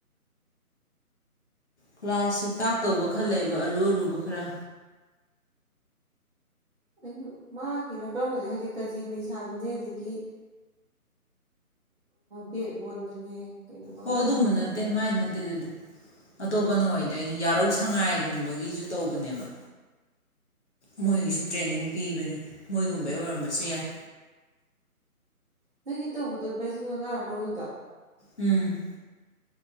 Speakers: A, on the left (about 50°); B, on the right (about 40°).
A: ꯀ꯭ꯂꯥꯁꯁꯨ ꯇꯥꯛꯇꯧꯕ ꯈꯔ ꯂꯩꯕ ꯑꯔꯨ ꯑꯔꯨꯕ ꯈꯔ꯫
B: ꯑꯩꯅ ꯃꯥꯒꯤꯔ ꯀꯔꯝꯕꯅꫭ ꯈꯪꯗꯦ ꯀꯖꯦꯡ ꯂꯩꯁꯥꯕꯅꯦ ꯑꯗꯒꯤ ꯕꯦꯛ ꯂꯣꯟꯕꯅꯦ ꯀꯩꯅꯣ ꯃꯥꯒ
A: ꯍꯣ ꯑꯗꯨꯒꯨꯝꯕ
B: ꯑꯍꯨꯝ ꯁꯨꯕꯅꯤꯅꯦ
A: ꯅꯠꯇꯦ ꯃꯥꯏꯗꯤ ꯅꯠꯇꯦ ꯑꯗꯨꯗꯤ꯫ ꯑꯇꯣꯞꯄꯅ ꯑꯣꯏꯗꯣꯏꯅꯤ ꯌꯥꯔꯧ ꯁꯉꯥꯏꯒꯨꯝꯕꯒꯤꯁꯨ ꯇꯧꯕꯅꯦꯕ ꯃꯣꯏꯒꯤꯁꯨ ꯇ꯭ꯔꯦꯅꯤꯡ ꯄꯤꯕꯅꯤ ꯃꯣꯏꯒꯨꯝꯕꯩ ꯑꯣꯏꯔꯝꯕꯁꯨ ꯌꯥꯏ
B: ꯅꯪꯒꯤ ꯇꯧꯕꯗꯣ ꯂꯨꯄꯥ ꯂꯤꯁꯤꯡ ꯃꯉꯥ ꯂꯧꯈꯤꯕꯗꯣ
A: ꯎꯝ